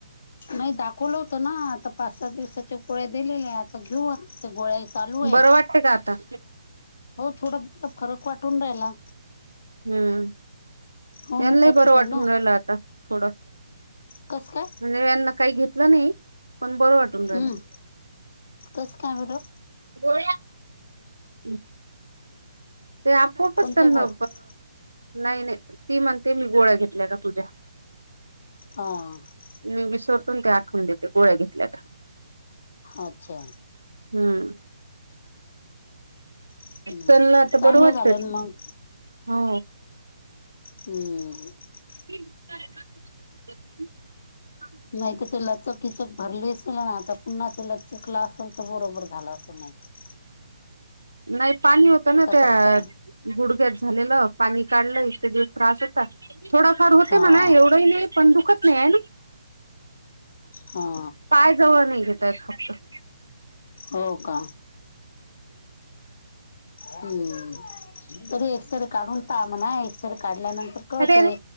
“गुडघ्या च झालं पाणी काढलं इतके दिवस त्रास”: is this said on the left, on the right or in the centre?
Right